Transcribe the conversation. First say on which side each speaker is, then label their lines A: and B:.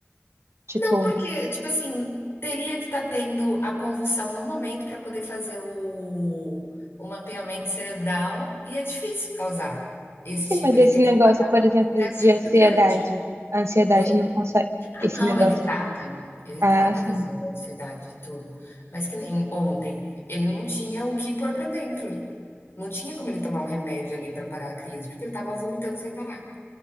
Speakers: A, on the right (about 80°); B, on the left (about 60°).
A: tipo,
B: Não, porque, tipo assim, teria que estar tendo a convulsão no momento para poder fazer o, o mapeamento cerebral e é difícil causar esse
A: sim,
B: tipo.
A: mas
B: Ele
A: esse
B: teria
A: negócio,
B: que ter
A: por exemplo,
B: um estresse
A: de ansiedade.
B: muito grande.
A: A ansiedade
B: Oi?
A: não consegue.
B: Ah,
A: Esse
B: não,
A: negócio.
B: ele trata. né? Ele
A: Ah,
B: trata
A: sim.
B: a questão da ansiedade, tudo. Mas que nem ontem, ele não tinha o que pôr pra dentro. Não tinha como ele tomar um remédio ali pra parar a crise, porque ele tava vomitando sem parar.